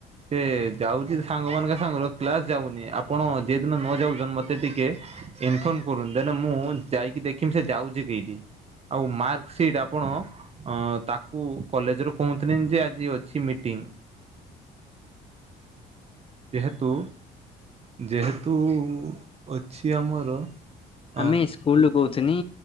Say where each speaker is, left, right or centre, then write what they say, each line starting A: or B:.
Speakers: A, on the right (about 40°); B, on the left (about 35°).
A: ସେ ଯାଉଛି ସାଙ୍ଗ ମାନଙ୍କ ସାଙ୍ଗରେ କ୍ଲାସ ଯାଉନି ଆପଣ ଆପଣ ଯେ ଏ ଦିନ ନ ଯାଉଛନ୍ତି ମୋତେ ଟିକେ ଇନଫର୍ମ କରୁନ ଦେନ ମୁଁ ଯାଇକି ଦେଖମି ସେ ଯାଉଛି କେଁଠି ଆଉ ମାର୍କ ସିଟ୍ ଆପଣ ଅ ତାକ କୁ କଲେଜ ରୁ କୁହଁଥିନି ଯେ ଆଜି ଅଛି ମିଟିଙ୍ଗ। ଯେହେତୁ ଯେହେତୁ ଅଛି ଆମର ଅଁ
B: ଆମେ ସ୍କୁଲୁ କହୁଥିଲ